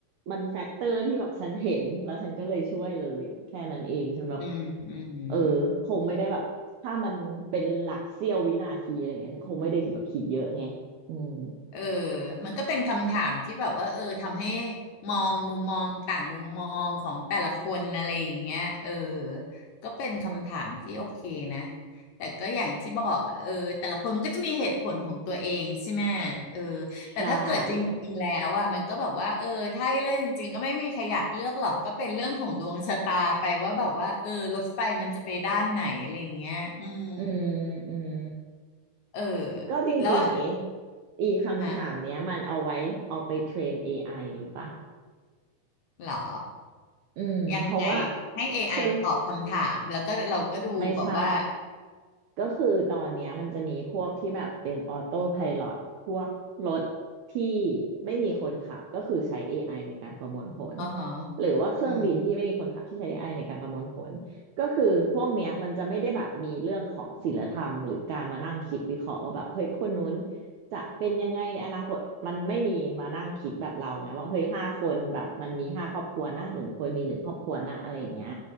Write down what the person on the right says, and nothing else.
มันแฟกเตอร์ที่แบบฉันเห็นแล้วฉันก็เลยช่วยเลยแค่นั้นเองฉันแบบ
เออคงไม่ได้แบบ ถ้ามันเป็นหลักเสี้ยววินาทีอะไรเงี้ยฉันคงไม่ได้คิดแบบคิดเยอะไงอืม
อ
ใช่
อืมอืม
ก็จริงๆเอะ
อีคำถามเนี้ยมันเอาไว้เอาไปเทรน
AI รู้ปะ
อืมเพราะว่า
คือ
ไม่ใช่ ก็คือตอนเนี้ยมันจะมีพวกที่แบบเป็นออโต้ไพลอตพวกรถที่ไม่มีคนขับก็คือใช้ AI ในการประมวลผล
หรือว่าเครื่องบินที่ไม่มีคนขับที่ใช้
AI ในการประมวลผลก็คือพวกเนี้ยมันจะไม่ได้แบบมีเรื่องของศีลธรรมหรือการมานั่งคิดวิเคราะห์ว่าแบบเฮ้ยคนนู้นจะเป็นยังไงในอนาคตมันไม่มีมานั่งคิดแบบเราไงว่าเฮ้ยห้าคนแบบมันมีห้าครอบครัวนะหนึ่งคนมีหนึ่งครอบครัวนะอะไรอย่างเงี้ย